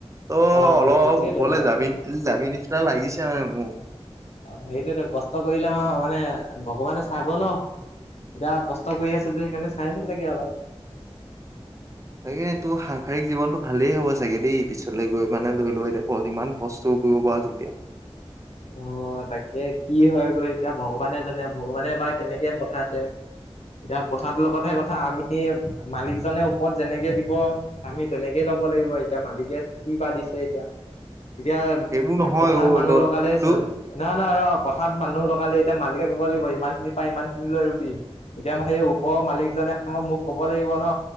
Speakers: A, on the right; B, on the left.
A: ত'
B: অ
A: অলপ
B: সেইটোৱেতো
A: ওপৰলে যাবি যাবি নিচিনা লাগিছে মানে মো।
B: সেইটোয়েটো, কষ্ট কৰিলে মাৰ মানে ভগৱানে চাব ন', যাৰ কষ্ট ত কৰি আছোঁ যে সেইকাৰনে চাই আছে চাগে অলপ।
A: চাগে তোৰ সাংসাৰিক জীৱনটো ভালেই হ'ব চাগে দেই, পিছলৈ গৈ মানে ধৰি লও ইটা ফল, ইমান কষ্টও কৰিব পাৰ যেতিয়া।
B: অ, তাকে। কি হয় গৈ এতিয়া ভগৱানে জানে। ভগৱানে বা কেনেকে পঠাইছে? এতিয়া কথাটোৰ লগতহে কথা, আমি মালিকজনে ওপৰত যেনেকে দিব আমি তেনেকে ল'ব লাগিব, এতিয়া মালিকে কি বা দিছে এতিয়া? এতিয়া,
A: সেইবোৰ নহয়
B: পথাৰত
A: অ
B: মানুহ
A: ত
B: লগালে
A: তোৰ
B: ন ন ৰহ। পথাৰাত মানুহ লগালেই এতিয়া মালিকে ক'ব লাগিব, ইমানখিনি পায় ইমানখিনিলৈ ৰুবি। এতিয়া আ সেই ওপৰৰ মালিকজনে আহা মোক ক'ব লাগিব ন'।